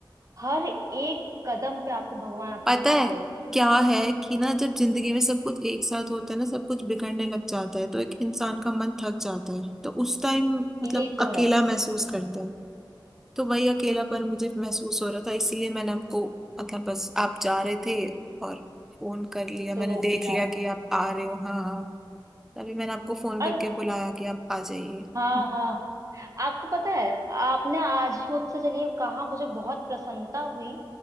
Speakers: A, on the right; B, in the centre.
A: हर एक कदम पे आपको भगवान आपके
B: पता
A: साथ
B: है
A: है
B: क्या है कि ना जब जिंदगी में सब कुछ एक साथ होता है ना सब कुछ बिगड़ने लग जाता है तो एक इंसान का मन थक जाता है तो उस टाइम मतलब
A: ये तो
B: अकेला
A: है
B: महसूस करता है तो वही अकेलापन मुझे महसूस हो रहा था इसीलिए मैंने आपको मतलब बस आप जा रहे थे और फोन कर लिया
A: तो
B: मैंने
A: रोक
B: देख
A: लिया
B: लिया
A: आपने
B: कि आप आ रहे हो हाँ हाँ तभी मैंने आपको फोन
A: और
B: करके बुलाया कि आप आ जाइए
A: हाँ
B: हम्म।
A: हाँ आपको पता है आपने आज मुझसे चलिए कहा मुझे बहुत प्रसन्नता हुई